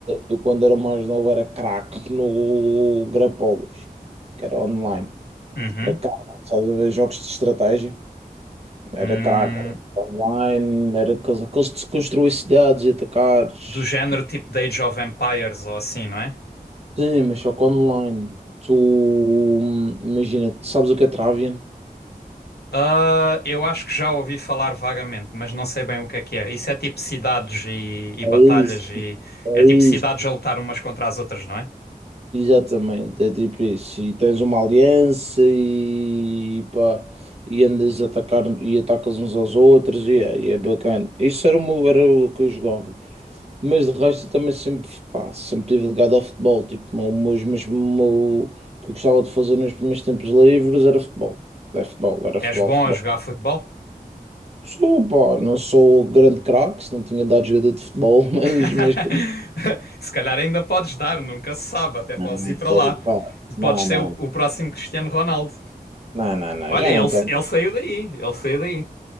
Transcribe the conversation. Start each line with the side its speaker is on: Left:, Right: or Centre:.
Right: eu quando era mais novo era craque no Grapolis, que era online.
Left: Uhum.
Right: Era caro, sabes a Jogos de estratégia. Era
Left: Hum,
Right: caro. Online, era aqueles, aqueles de se construir cidades e atacares.
Left: do género tipo de Age of Empires ou assim, não é?
Right: Sim, mas só que online. Tu, hum, imagina, tu sabes o que é Travian?
Left: Ah, eu acho que já ouvi falar vagamente, mas não sei bem o que é que é. Isso é tipo cidades e, e batalhas
Right: É isso,
Left: e
Right: é
Left: é tipo
Right: isso.
Left: cidades a lutar umas contra as outras, não é?
Right: Exatamente, é tipo isso. E tens uma aliança e pá, e andas a atacar e atacas uns aos outros e é, e é bacana. Isso era o, meu- era o que eu jogava. Mas de resto eu também sempre, pá, sempre tive ligado ao futebol. Tipo, o meu- os meus, o meu- o que eu gostava de fazer nos meus tempos livres era futebol. Era futebol, era futebol,
Left: És bom
Right: futebol.
Left: a jogar futebol?
Right: Sou, pá, não sou grande craque, se não tinha dado jogador de futebol, <laughs> mas,
Left: <laughs>
Right: mas...
Left: Se calhar ainda podes dar, nunca se sabe, até
Right: Não,
Left: podes
Right: não,
Left: ir para
Right: pô,
Left: lá.
Right: pá, não,
Left: Podes ser
Right: não,
Left: o,
Right: não,
Left: o próximo Cristiano Ronaldo.
Right: não, não, não,
Left: Olha,
Right: já
Left: ele,
Right: não tenho.
Left: ele saiu daí, ele saiu daí.